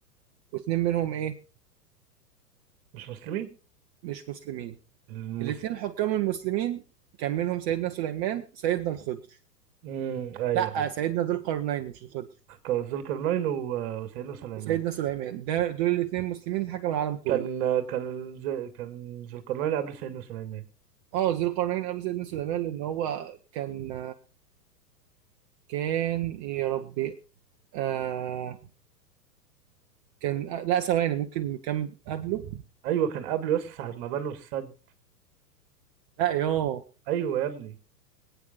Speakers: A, on the right; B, on the right.
A: واتنين منهم إيه؟
B: مش مسلمين
A: مش مسلمين.
B: المسلم
A: الاتنين حكام المسلمين كان منهم سيدنا سليمان، سيدنا الخضر.
B: امم ايوه
A: لأ سيدنا ذو القرنين مش الخضر،
B: ايوه ذو القرنين و- وسيدنا سليمان
A: وسيدنا سليمان، ده دول الاتنين مسلمين اللي حكموا العالم كله.
B: كان كان ز- كان ذو القرنين قبل سيدنا سليمان
A: اه ذو القرنين قبل سيدنا سليمان لأن هو كان كان يا ربي آه كان آه لا ثواني ممكن كان قبله
B: ايوه كان قبله يس ساعة ما بنوا السد
A: لا يوه
B: ايوه يا ابني